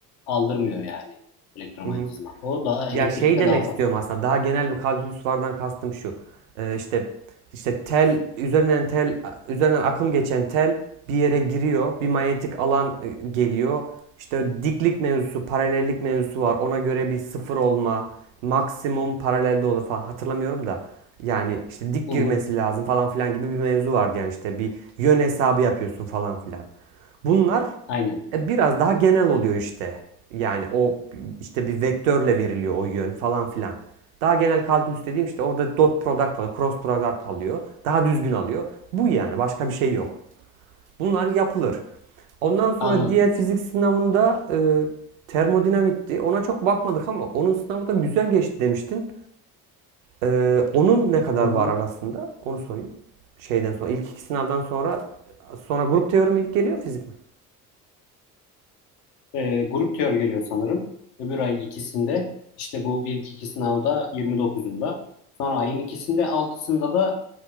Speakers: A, on the left (about 40°); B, on the right (about 60°).
A: aldırmıyor yani elektromanyetizma.
B: Hı hı.
A: O daha
B: Ya
A: elektrikte
B: şey demek
A: daha fazla.
B: istiyorum aslında daha genel bir kalkülüs vardan kastım şu. Ee, işte işte tel üzerinden tel üzerinden akım geçen tel bir yere giriyor. Bir manyetik alan e, geliyor. İşte diklik mevzusu, paralellik mevzusu var. Ona göre bir sıfır olma, maksimum paralelde olur falan hatırlamıyorum da. Yani işte dik
A: Hı
B: girmesi
A: hı,
B: lazım falan filan gibi bir mevzu vardı yani işte bir yön hesabı yapıyorsun falan filan. Bunlar
A: aynen
B: e, biraz daha genel oluyor işte. Yani o işte bir vektörle veriliyor o yön falan filan. Daha genel kalkülüs dediğim işte orada dot product alıyor, cross product alıyor. Daha düzgün alıyor. Bu yani başka bir şey yok. Bunlar yapılır. Ondan sonra
A: anladım.
B: diğer fizik sınavında e, termodinamikti. Ona çok bakmadık ama onun sınavı da güzel geçti demiştin. E, onun ne kadar
A: Hı hı.
B: var arasında? Onu sorayım. Şeyden sonra ilk iki sınavdan sonra sonra grup teorimi ilk geliyor fizik mi?
A: E, grup teori geliyor sanırım. Öbür ayın ikisinde işte bu ilk iki sınavda 29'unda. Sonra ayın ikisinde altısında da